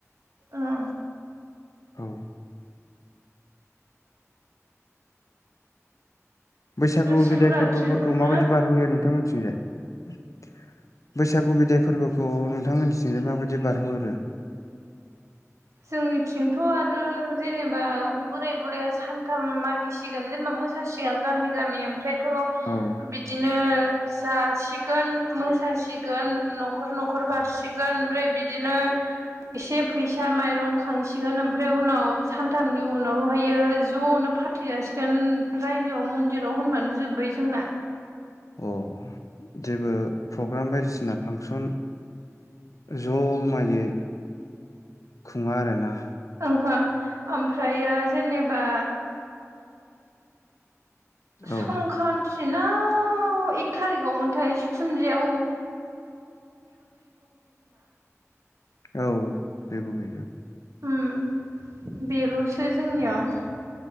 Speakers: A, on the right (about 70°); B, on the left (about 80°).
A: ओ
B: औ बैसागु
A: शिबरात्रिफोरखौ
B: बिदाय फोरबोफोरखौ माबायदि बारहोयो नोंथां मिथिंजाय बैसागु बिदाय फोरबोखौ नोंथांमोननिथिंनोाय माबायदि बारहोहरो
A: जोंनिथिंथ' आरो जेनेबा बोराय बुरायाया सानथाम मागिसिगोन जेनेबा मोसासिगां गामि गामि ओमफ्रायथ' बि
B: औ
A: बिदिनो जासिगोन मोसासिगोन न'खर न'खर बारसिगोन ओमफ्राय बिदिनो एसे फै फिसा माइरं खांसिगोन ओमफ्राय उनाव सानथामनि उनावहायो ज'नो फाथै जासिगोन रायजोआव मन्दिराव होनबानो जोब्बाय जोंना
B: अ जेबो प्रग्राम बायदिसिना फांसन ज'माययै खुङा आरोना
A: ओंहो ओमफ्रायो जेनेबा संख्रान्ति
B: औ
A: ना औ एक थारिकाव मोनथाय जिखुनु जाया
B: औ जेबो गयो
A: ओम बेल'सो जोंनियाव